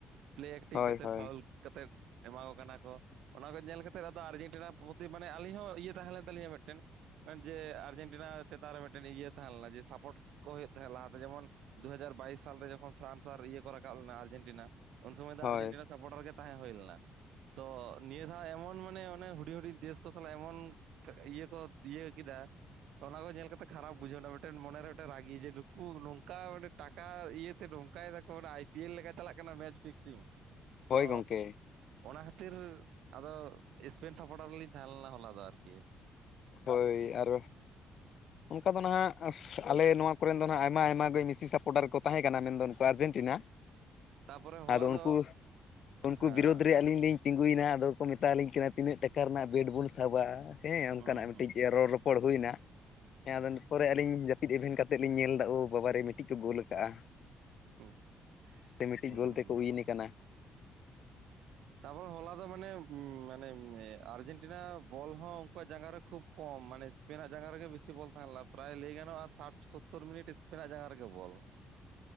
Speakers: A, on the right; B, on the left.
A: ᱯᱮᱞᱮ ᱮᱠᱴᱤᱝ
B: ᱦᱳᱭ
A: ᱠᱟᱛᱮ
B: ᱦᱳᱭ
A: ᱯᱷᱟᱩᱞ᱾ ᱠᱟᱛᱮᱫ ᱮᱢᱟ ᱠᱚ ᱠᱟᱱᱟ ᱠᱚ ᱚᱱᱟ ᱠᱚ ᱧᱮᱞ ᱠᱟᱛᱮᱫ ᱟᱫᱚ ᱟᱨᱡᱮᱱᱴᱤᱱᱟ ᱯᱚᱨᱛᱤ ᱢᱟᱱᱮ ᱟᱞᱤᱧ ᱦᱚᱸ ᱤᱭᱟᱹ ᱛᱟᱦᱮᱸ ᱞᱮᱱ- ᱛᱟᱞᱤᱧ ᱢᱮᱫᱴᱮᱱ ᱡᱮ ᱟᱨᱡᱮᱱᱴᱤᱱᱟ ᱪᱮᱛᱟᱱ ᱨᱮ ᱢᱮᱫᱴᱮᱱ ᱤᱭᱟᱹ ᱛᱟᱦᱮᱸ ᱞᱮᱱᱟ ᱡᱮ ᱥᱟᱯᱚᱴ- ᱠᱚ ᱦᱩᱭᱩᱜ ᱛᱟᱦᱮᱸᱫ ᱞᱟᱦᱟᱛᱮ ᱡᱮᱢᱚᱱ ᱫᱩ ᱦᱟᱡᱟᱨ ᱵᱟᱭᱤᱥ ᱥᱟᱞ ᱨᱮ ᱡᱚᱠᱷᱚᱱ ᱯᱷᱨᱟᱱᱥ ᱟᱨ ᱤᱭᱟᱹ ᱠᱚ ᱨᱟᱠᱟᱵ ᱞᱮᱱᱟ ᱟᱨᱡᱮᱱᱴᱤᱱᱟ᱾ ᱩᱱ ᱥᱚᱢᱚᱭ ᱫᱚ
B: ᱦᱳᱭ
A: ᱟᱨᱡᱮᱱᱴᱤᱱᱟ- ᱥᱟᱯᱚᱴᱟᱨ ᱜᱮ ᱛᱟᱦᱮᱸ ᱦᱩᱭ ᱞᱮᱱᱟ᱾ ᱛᱚ ᱱᱤᱭᱟᱹ ᱫᱷᱟᱣ ᱮᱢᱚᱱ ᱢᱟᱱᱮ ᱚᱱᱮ ᱦᱩᱰᱤᱧ ᱦᱩᱰᱤᱧ ᱫᱮᱥ ᱠᱚ ᱥᱟᱞᱟᱜ ᱮᱢᱚᱱ- ᱤᱭᱟᱹ ᱠᱚ ᱤᱭᱟᱹ ᱠᱮᱫᱟ᱾ ᱚᱱᱟ ᱠᱚ ᱧᱮᱞ ᱠᱟᱛᱮ ᱠᱷᱟᱨᱟᱯ ᱵᱩᱡᱷᱟᱹᱣ ᱮᱱᱟ ᱢᱤᱫᱴᱮᱱ ᱢᱚᱱᱮ ᱨᱮ ᱢᱤᱫᱴᱮᱱ ᱨᱟᱹᱜᱤ ᱡᱮ ᱱᱩᱠᱩ ᱱᱚᱝᱠᱟ ᱢᱟᱱᱮ- ᱴᱟᱠᱟ ᱤᱭᱟᱹᱛᱮ ᱱᱚᱝᱠᱟᱭ ᱫᱟᱠᱚ ᱚᱱᱟ ᱟᱭᱯᱤ ᱮᱞ ᱞᱮᱠᱟ ᱪᱟᱞᱟᱜ ᱠᱟᱱᱟ ᱢᱮᱪ ᱯᱷᱤᱠᱥᱤᱝ᱾
B: ᱦᱳᱭ
A: ᱛᱚ
B: ᱜᱚᱝᱠᱮ
A: ᱚᱱᱟ ᱠᱷᱟᱹᱛᱤᱨ ᱟᱫᱚ ᱮᱥᱯᱮᱱ ᱥᱟᱯᱚᱴᱟᱨ ᱞᱤᱧᱼᱼ ᱛᱟᱦᱮᱸ ᱞᱮᱱᱟ ᱦᱚᱞᱟ ᱫᱚ ᱟᱨᱠᱤ᱾
B: ᱦᱳᱭ ᱟᱨ ᱚᱱᱠᱟ ᱫᱚ ᱱᱟᱦᱟᱜ ᱟᱞᱮ ᱱᱚᱣᱟ᱾ ᱠᱚᱨᱮ ᱫᱚ ᱱᱟᱦᱟᱜ ᱟᱭᱢᱟ ᱟᱭᱢᱟ ᱜᱮ ᱢᱤᱠᱥᱤ ᱥᱟᱯᱚᱴᱟᱨ ᱠᱚ ᱛᱟᱦᱮᱸ ᱠᱟᱱᱟ ᱢᱮᱱᱫᱚᱼᱼ ᱟᱨᱡᱮᱱᱴᱤᱱᱟ
A: ᱦᱩᱸ ᱛᱟᱯᱚᱨᱮ ᱦᱚᱞᱟ
B: ᱟᱫᱚ ᱩᱱᱠᱩ
A: ᱫᱚ
B: ᱩᱱᱠᱩ
A: ᱦᱮᱸ
B: ᱵᱤᱨᱳᱫᱽ ᱨᱮ ᱟᱹᱞᱤᱧ ᱞᱤᱧᱼᱼ ᱛᱤᱸᱜᱩᱭᱮᱱᱟ ᱟᱫᱚ ᱠᱚ ᱢᱮᱛᱟ ᱟᱞᱤᱧ ᱠᱟᱱᱟ ᱛᱤᱱᱟᱹᱜ ᱴᱟᱠᱟ ᱨᱮᱱᱟᱜ ᱵᱮᱰ ᱵᱚᱱ ᱥᱟᱵᱟ ᱦᱮᱸ ᱚᱱᱠᱟᱱᱟᱜ
A: ᱦᱩᱸ
B: ᱢᱤᱫᱴᱤᱡ
A: ᱦᱩᱸ
B: ᱨᱚᱲ ᱨᱚᱯᱚᱲᱼᱼ ᱨᱚᱲᱼᱨᱚᱯᱚᱲ ᱦᱩᱭᱮᱱᱟ ᱦᱮᱸ ᱟᱫᱚᱼᱼ ᱯᱚᱨᱮ ᱟᱹᱞᱤᱧ ᱡᱟᱹᱯᱤᱫ ᱮᱵᱷᱮᱱ ᱠᱟᱛᱮᱫ ᱞᱤᱧ ᱧᱮᱞ ᱮᱫᱟ ᱵᱟᱵᱟ ᱨᱮ ᱢᱤᱫᱴᱤᱡ ᱠᱚ ᱜᱳᱞ ᱟᱠᱟᱫᱼᱟ᱾
A: ᱦᱩᱸ
B: ᱥᱮ ᱢᱤᱫᱴᱤᱡ
A: ᱦᱩᱸ
B: ᱜᱳᱞ ᱛᱮᱠᱚ ᱩᱭᱤᱱ ᱟᱠᱟᱱᱟ᱾
A: ᱛᱟᱯᱚᱨ ᱦᱚᱞᱟ ᱫᱚ ᱢᱟᱱᱮ ᱢᱟᱱᱮ ᱟᱨᱡᱮᱱᱴᱤᱱᱟ ᱵᱚᱞ ᱦᱚᱸ ᱩᱱᱠᱩᱣᱟᱜ ᱡᱟᱸᱜᱟ ᱨᱮ ᱠᱷᱩᱵ ᱠᱚᱢ ᱢᱟᱱᱮᱼᱼ ᱤᱥᱯᱤᱱᱟᱜ ᱡᱟᱸᱜᱟ ᱨᱮᱜᱮ ᱵᱮᱥᱤ ᱵᱚᱞᱮ ᱛᱟᱦᱮᱸ ᱞᱮᱱᱟ ᱯᱨᱟᱭ ᱞᱟᱹᱭ ᱜᱟᱱᱚᱜᱼᱟ ᱥᱟᱴ ᱥᱳᱛᱚᱨ ᱢᱤᱱᱤᱴ ᱤᱥᱯᱤᱱᱟᱜ ᱡᱟᱸᱜᱟ ᱨᱮᱜᱮ ᱵᱚᱞ᱾